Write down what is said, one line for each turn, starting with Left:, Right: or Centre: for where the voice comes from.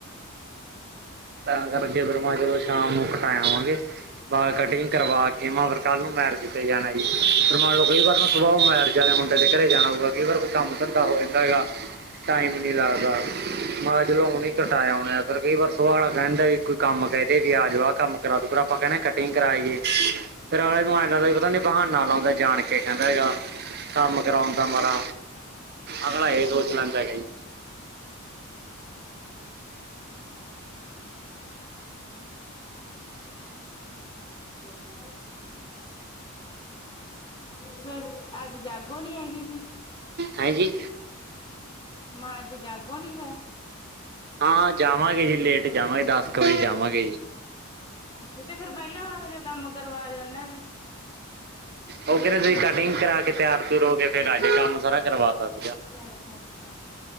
Right: ਤਾਂ ਕਰਕੇ ਫਿਰ ਮੈਂ ਚਲੋ ਸ਼ਾਮ ਨੂੰ ਕਟਾ ਆਵਾਂਗੇ। ਵਾਲ ਕਟਿੰਗ ਕਰਵਾ ਕੇ ਮੈਂ ਫਿਰ ਕੱਲ ਨੂੰ ਮੈਰਿਜ ਤੇ ਜਾਣਾ ਜੀ। ਫਿਰ ਮੰਨ ਲਓ ਕਈ ਵਾਰ ਨੂੰ ਸੁਬਹ ਮੈਰਿਜ ਵਾਲੇ ਮੁੰਡੇ ਦੇ ਘਰੇ ਜਾਣਾ ਹੋਊਗਾ ਕੀ ਵਾਰ ਕੋਈ ਕੰਮ ਧੰਦਾ ਹੋ ਜਾਂਦਾ ਹੈਗਾ। ਟਾਈਮ ਨਹੀਂ ਲੱਗਦਾ ਮੈਂ ਕਿਹਾ ਚਲੋ ਹੁਣੀ ਕਟਾ ਆਉਣੇ ਹਾਂ ਫਿਰ ਕਈ ਵਾਰ ਉਹ ਅਗਲਾ ਕਹਿ ਦਿੰਦਾ ਵੀ ਕੋਈ ਕੰਮ ਕਹਿ ਦਈਏ ਵੀ ਆ ਜਾਓ ਕੰਮ ਕਰਾ ਦੋ ਫਿਰ ਆਪਾਂ ਕਹਿੰਦੇ ਕਟਿੰਗ ਕਰਾ ਆਈਏ। ਫਿਰ ਅਗਲੇ ਨੂੰ ਐਂ ਲੱਗਦਾ ਪਤਾ ਨਹੀਂ ਬਹਾਨਾ ਲਾਉਂਦਾ ਜਾਣ ਕੇ ਕਹਿੰਦਾ ਹੈਗਾ। ਕੰਮ ਕਰਾਉਂਣ ਦਾ ਮਾਰਾ ਅਗਲਾ ਇਹ ਸੋਚ ਲੈਂਦਾ ਹੈਗਾ ਜੀ।
Left: ਹੈਲੋ ਜੀ। ਫਿਰ ਅੱਜ ਜਾਗੋ ਨਹੀਂ ਹੈਗੀ ਜੀ।
Right: ਹਾਂਜੀ।
Left: ਮੈਂ ਅੱਜ ਜਾਗੋ ਨਹੀਂ ਫੇਰ।
Right: ਹਾਂ ਜਾਵਾਂਗੇ ਜੀ ਲੇਟ ਜਾਵਾਂਗੇ ਦਸ ਕੁ ਵਜੇ ਜਾਵਾਂਗੇ ਜੀ।
Left: ਅੱਛਾ ਤੇ ਫਿਰ ਪਹਿਲਾਂ ਵਰਗੇ ਕੰਮ ਕਰਵਾ ਦਿਉ ਉਹਨਾਂ ਦੇ।
Right: ਉਹ ਕਹਿੰਦੇ ਤੁਸੀਂ ਕਟਿੰਗ ਕਰਾ ਕੇ ਤਿਆਰ ਤੁਆਰ ਹੋ ਕੇ ਫ਼ੇਰ ਆਜੂ ਕੰਮ ਸਾਰਾ ਕਰਵਾਤਾ ਸੀਗਾ।
Left: ਅੱਛਾ ਅੱਛਾ